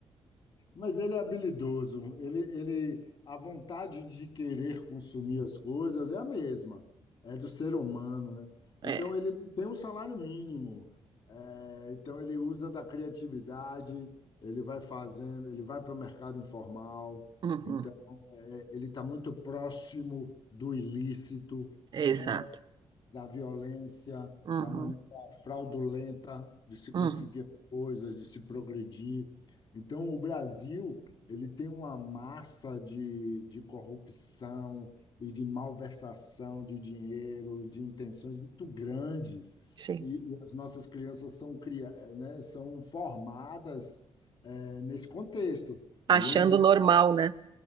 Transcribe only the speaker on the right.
É,
uhum,
é
exato.
Uhum,
uhum,
sim.
Achando
normal, né?